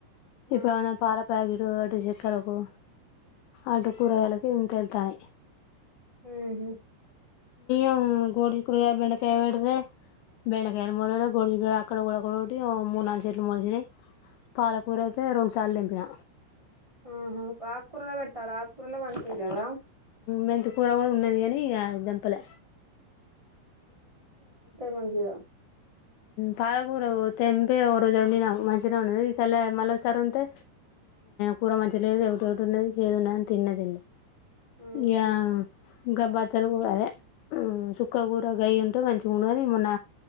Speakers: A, on the left; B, on the right.
A: ఇప్పుడు
B: ఆ
A: పాల ప్యాకెట్ అటు చక్కరకు అటు కూరగాయలలకు త వెళ్తాను
B: ఉ హ్మ్
A: అ గోడి కుడి బండ తపెడితే బెండకాయలు మూల గడి అక్కడ కూడాక్కడ ఒకటి మూడు నాలుగు చెట్లు మూలిసినయి పాలకూర అయితే రెండుసార్లు దింపిన
B: ఆహా ఆకూరల పెట్టాల ఆకూరల మంచిద కదా
A: మెంత కూర కూడా ఉన్నది అని ఇక దంపలే
B: మంచియా
A: పాలకూర తెంపి ఒక రోజు మంచిగా ఉన్నది ఇకల్ల మళ్ళీ ఒకసారి ఉంటే కూర మంచి లేదు ఒకటి ఒకటి ఉన్నది చేది ఉన్నదిని తిన్నదిడి
B: ఆహా
A: యా ఇంకా బచ్చలు కూ అదే సుక్క కూూరగాయ ఉంటే మంచి ఉనుగాని ఏ మొన్న